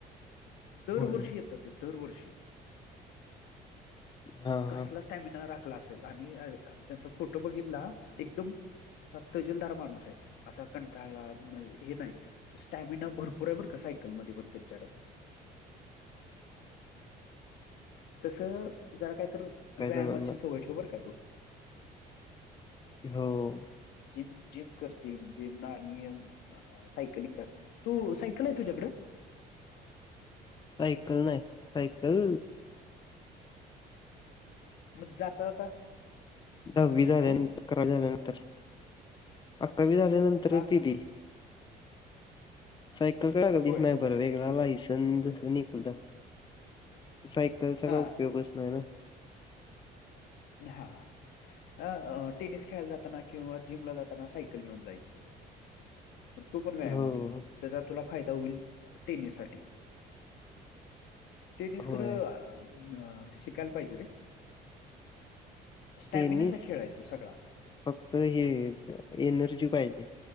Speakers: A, on the left; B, on the left.
A: दरवर्षी
B: होय.
A: येतात ते दरवर्षी
B: हां,
A: कसला
B: हां.
A: स्टॅमिना राखला असेल आणि त्यांचा फोटो बघितला एकदम असा तजीलदार माणूस आहे असा कंठाळा हे नाही स्टॅमिना भरपूर आहे पण का सायकलमध्येध्ये पण त्यांच्याकडे तस जरा काहीत
B: काही
A: व्यायामाची
B: जणांना
A: सवय ठेव बर का तू
B: हो.
A: जिम जिम करते जिम राहणी ह सायकलिंग कर तू सायकल आहे तुझ्याकडं
B: सायकल नाही सायकल
A: मग जाता जाता
B: हावीधारण
A: अ
B: अकरावी झाल्यानंतर अकरावी झाल्यानंतरच
A: हा
B: दिली सायकल काय लागल
A: होय
B: तस नाही बर वगला लायसन निघललं सायकलचा
A: हा
B: का उपयोगच नाही ना
A: हा टेनिस खेळाला जाताना किंवा जिमला जाताना सायकल घेऊन जायची मग तो पण व्यायाम
B: हो
A: होतोय त्याचा तुला फायदा होईल टेनिस साठी टेनिस
B: होय
A: खरं अ शिकायला पाहिजे रे स्टॅमिनाचा
B: त्यांनी स
A: खेळ आहे तो सगळा.
B: फक्त हे एनर्जी पाहिजे